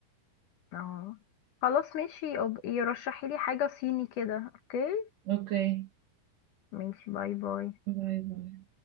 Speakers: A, on the left; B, on the right.
A: اه خلاص ماشي يبقى يرشحي لي حاجة صيني كده اوكي
B: اوكي
A: ماشي باي باي
B: باي باي